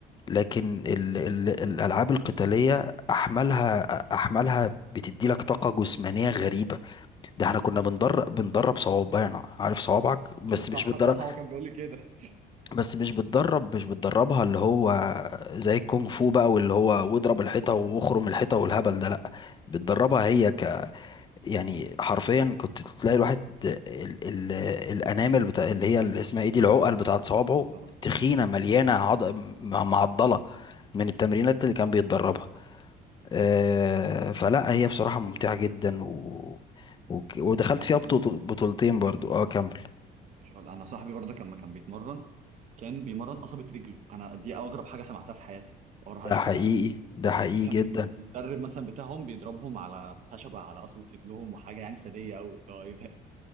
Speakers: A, on the left; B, on the right.
A: لكن ال ال الالعاب القتاليه احمالها احمالها بتدي لك طاقه جسمانيه غريبه ده احنا كنا بندرب بندرب صوابعنا عارف صوابعك
B: <laughs>
A: بس
B: أيوة. صح
A: مش بتدرب
B: صح هو كان بيقول لي كده
A: بس مش بتدرب مش بتدربها اللي هو زي الكونغ فو بقى واللي هو واضرب الحيطه واخرم الحيطه والهبل ده لا بتدربها هي يعني حرفيا كنت تلاقي الواحد ال ال الانامل بتاع اللي هي اللي اسمها ايه دي العقل بتاعت صوابعه
B: طبعاً.
A: تخينه مليانه عض... م- معضله من التمرينات اللي كان بيتدربها آه فلا هي بصراحه ممتعه جدا و... وك... ودخلت
B: عايز
A: فيها
B: اقول
A: بطو-
B: لك
A: بطولتين برضو اه كمل
B: مش غلط. انا صاحبي برضه كان- لما كان بيتمرن كان بيمرن قصبة رجله انا دي اغرب حاجة سمعتها في حياتي واغرب حاجة
A: ده
B: شفتها
A: حقيقي ده حقيقي
B: كان
A: جدا
B: المدرب مثلا بتاعهم بيضربهم على بخشبة على قصبة رجلهم وحاجة يعني سادية قوي اللي هو ايه ده